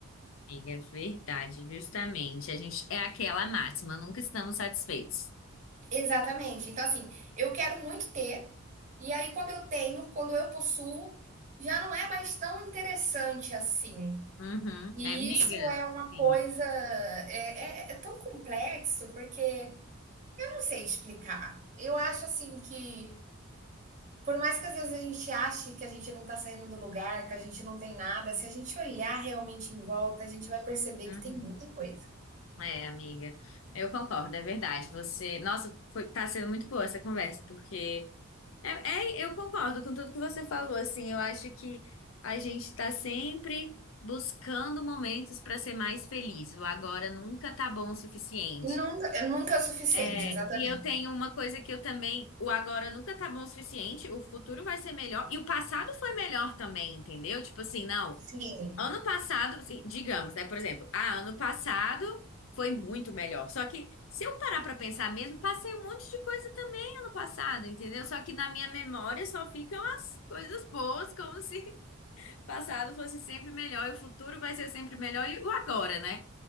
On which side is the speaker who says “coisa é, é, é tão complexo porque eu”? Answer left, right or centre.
Right